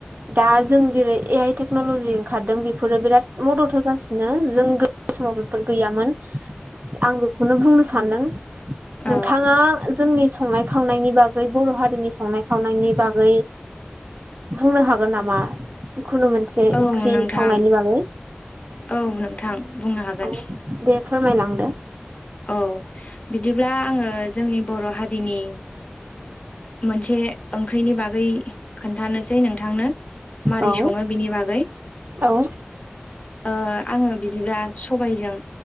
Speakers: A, on the right (about 50°); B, on the left (about 30°).
A: दा जों दिरै ए आइ टेक्न'ल'जि खारदों बेफोरो बिराद मदद होगासिनो जों गो समाव बेफोर गैयामोन आं बेखौनो बुंनो सानदों
B: औ
A: नोंथाङा जोंनि संनाय खावनायनि बागै बर' हारिनि सं संनाय खावनायनि बागै बुंनो हागोन नामा? जिखुनु मोनसे
B: औ
A: ओंख्रि
B: नोंथां
A: संनायनि बागै
B: औ नोंथां बुंनो हागोन
A: औ दे फोरमायलांदो।
B: औ बिदिब्ला आङो जोंनि बर' हारिनि मोनसे ओंख्रिनि बागै खोन्थानोसै नोंथांनो। मारै
A: औ
B: सङो बिनि बागै
A: औ
B: ओ आङो बिदिब्ला सबायजों